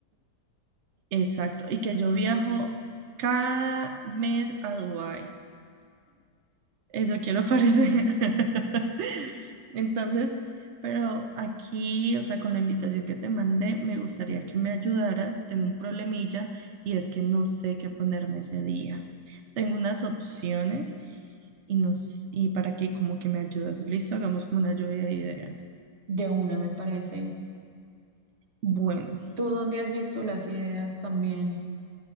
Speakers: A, on the right; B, on the right.
A: Exacto. Y que yo viajo cada mes a Dubái. Eso quiero parecer. <laughs> Entonces, pero aquí, o sea, con la invitación que te mandé, me gustaría que me ayudaras. Tengo un problemilla y es que no sé qué ponerme ese día. Tengo unas opciones y, nos, y para que como que me ayudas. Listo, hagamos como una lluvia de ideas.
B: De una me parece.
A: Bueno.
B: ¿Tú dónde has visto las ideas también?